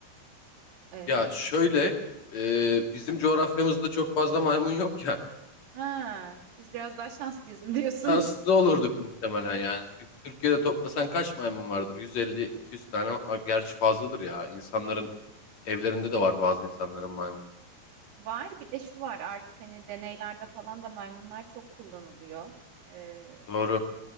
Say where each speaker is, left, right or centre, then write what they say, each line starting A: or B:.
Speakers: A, on the right (about 80°); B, on the left (about 50°).
A: Ee,
B: Ya şöyle e, bizim coğrafyamızda çok fazla maymun yok ya.
A: ha, biz biraz daha şanslıyız mı
B: <laughs>
A: diyorsun?
B: Şanslı
A: <laughs>
B: olurduk muhtemelen yani. Çünkü Türkiye'de toplasan kaç maymun vardır? 150-200 tane. A, Gerçi fazladır ya. İnsanların evlerinde de var bazı insanların maymun.
A: Var bir de şu var artık hani deneylerde falan da maymunlar çok kullanılıyor. Ee,
B: Doğru.